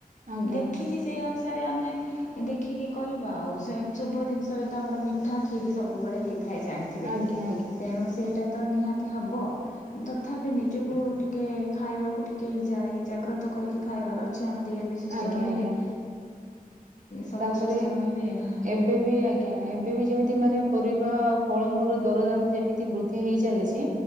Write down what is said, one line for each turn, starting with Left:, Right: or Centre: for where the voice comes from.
Right: ଆଜ୍ଞା
Left: ଦେଖିକି ସେଇ ସାରେ ଆମେ ଦେଖିକି କରିବା ଆଉ ସେ ଶୁଭ ଜିନିଷରେ ତ ଆମର ମିଠା କ୍ଷୀରି ସବୁବେଳେ ହେଇ ଥାଏ ଜାଣିଥିବେ
Right: ଆଜ୍ଞା ଆଜ୍ଞା
Left: ତେଣୁ ସେଇଟା ତ ନିହାତି ହେବ କି ତ ତଥାପି ନିଜକୁ ଟିକେ ଖାଇବାକୁ ଟିକେଇ ଯାଇ ଜାଗ୍ରତ କରିକି ଖାଇବାର ଅଛି। ଆମ ଦେହ ବି
Right: ଆଜ୍ଞା
Left: ସୁସ୍ଥ ରହିଲେ
Right: ଆଜ୍ଞା
Left: ସବୁ
Right: ତାପରେ
Left: ସୁସ୍ଥ ରହିବେ ହଁ
Right: ଏବେ ବି ଆଜ୍ଞା ଏବେ ବି ଯେମିତି ମାନେ ପରିବା ଆଉ ଫଳମୂଳ ର ଦର ଦାମ ଯେମିତି ବୃଦ୍ଧି ତ ହେଇ ଚାଲିଛି